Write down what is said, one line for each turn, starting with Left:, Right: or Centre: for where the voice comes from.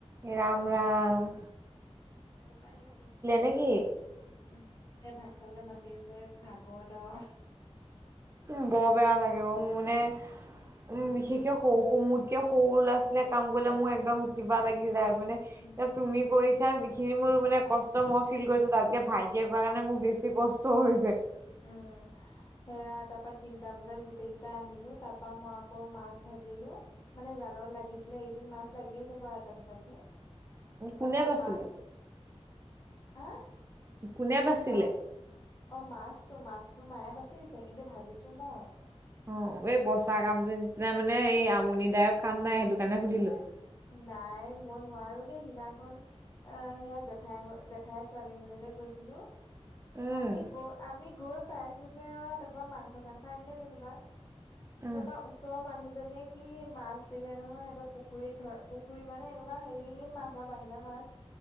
Right: এ ৰাম-ৰাম
Left: তাৰপা, সেই তিন
Right: নেকি?
Left: উম ভাত খাবলৈ মাতি আছে ভাগৰত আৰু
Right: উম বৰ বেয়া লাগে অ' মোৰ মানে উম বিশেষকে সৰু-সৰু মোতকে সৰু ল'ৰা- ছোৱালীয়ে কাম কৰিলে মোৰ একদম কিবা লাগি যায় মানে এতিয়া
Left: উম
Right: তুমি কৰিছা যিখিনি মোৰ মানে কষ্ট মই ফিল কৰিছোঁ তাতকে ভাইটিয়ে কৰা কাৰণে মোৰ বেছি কষ্ট হৈছে। <unintelligible>
Left: উম সেয়া তাৰপা তিনিটা বজাত গোটেই কেইটা আহিলোঁ তাৰপা মই আকৌ মাছ ভাজিলো। মানে জালত লাগিছিলে এইকেইদিন মাছ লাগি আছে বাৰু এটা-দুটাকে।
Right: কোনে
Left: তাৰপা
Right: বাচিলে
Left: মাছ এ
Right: কোনে বাচিলে?
Left: যাওঁ অ' মাছটো-মাছটো মায়ে বাচি দিছে কিন্তু ভাবিছোঁ মই।
Right: অ' এই বচা
Left: তাৰ
Right: কামটোৰ নিচিনা মানে এই আমনিদায়ক কাম নাই সেইটো কাৰণে সুধিলোঁ।
Left: এ নাই মই নোৱাৰোঁ দেই সিদিনাখন অ' সেয়া জেঠাই জেঠাইৰ ছোৱালী ঘৰলে যে গৈছিলোঁ
Right: উম
Left: আমি গৈ আমি গৈ পাইছোঁ গে আও তাৰপা মাংস চাংস আনিলে যেনিবা।
Right: অ
Left: তাৰপা ওচৰৰ মানুহজনীয়ে কি মাছ দিলে নহয় সেই পুখুৰীত ধৰা পুখুৰী মানে এনেকুৱা হেৰি মাছ আৰু বাহিৰা মাছ।